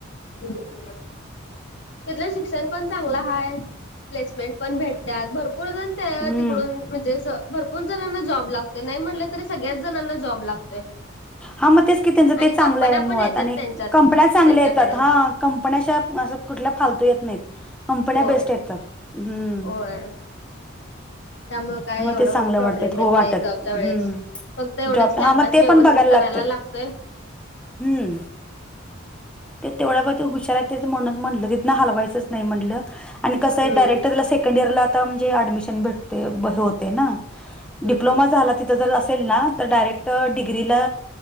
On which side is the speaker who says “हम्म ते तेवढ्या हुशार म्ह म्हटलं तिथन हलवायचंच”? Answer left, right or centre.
Centre